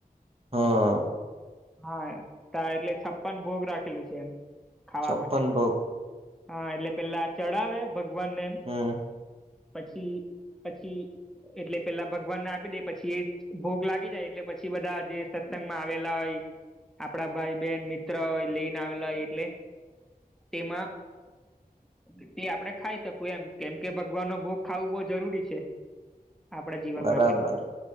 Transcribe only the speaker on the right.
હા.
છપ્પન
ભોગ
હમ
બરાબર